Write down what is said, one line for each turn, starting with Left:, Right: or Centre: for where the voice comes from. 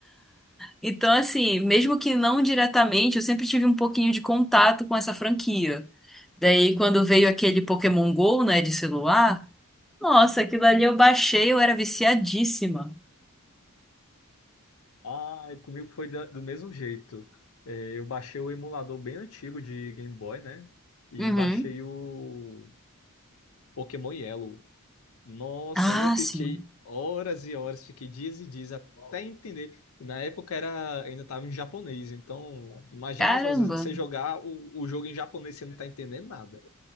Centre: Então, assim, mesmo que não diretamente, eu sempre tive um pouquinho de contato com essa franquia. Daí, quando veio aquele Pokémon Go, né, de celular, nossa, aquilo ali eu baixei, eu era viciadíssima.
Left: Ah, comigo foi da- do mesmo jeito. É, eu baixei o emulador bem antigo de Game Boy, né? E
Centre: Uhum.
Left: baixei o Pokémon Yellow. Nossa,
Centre: Ah,
Left: eu fiquei
Centre: sim.
Left: horas e horas, fiquei dias e dias até entender. Na época era, ainda estava em japonês, então imagina
Centre: Caramba.
Left: só você jogar o, o jogo em japonês e você não tá entendendo nada.